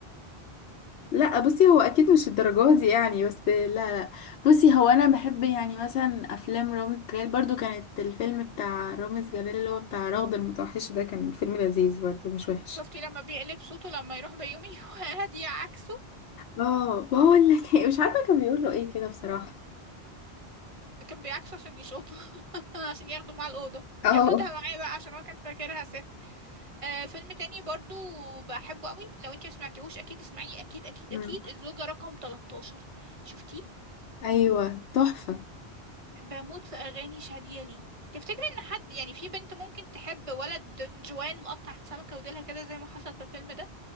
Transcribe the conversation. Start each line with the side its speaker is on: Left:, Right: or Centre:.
Left: لا بصي هو اكيد مش الدرجات دي يعني بس لا لا بصي هو انا بحب يعني مثلا افلام رامز جلال برضو كانت الفيلم بتاع رامز جلال اللي هو بتاع رغدة المتوحشة ده كان فيلم لذيذ برضو مش وحش
Right: شفتي لما بيقلب صوته لما يروح بيومي <laughs> وهادية عكسه
Left: اه بقول لك إيه، مش عارفة كان بيقول له ايه كده بصراحة
Right: كان بيعكسه عشان يشقطه آه، عشان ياخده مع الأوضة
Left: اه
Right: ياخدها معاه بقى عشان هو كان فاكرها ست آه فيلم تاني برضو بحبه قوي لو انت سمعتيهوش اكيد اسمعيه اكيد اكيد
Left: مم.
Right: اكيد الزوجة رقم 13 شفتيه
Left: ايوه تحفة
Right: بموت في اغاني شادية ليه تفتكري ان حد يعني في بنت ممكن تحب ولد دنجوان مقطع سمكة وديلها كده زي ما حصل في الفيلم ده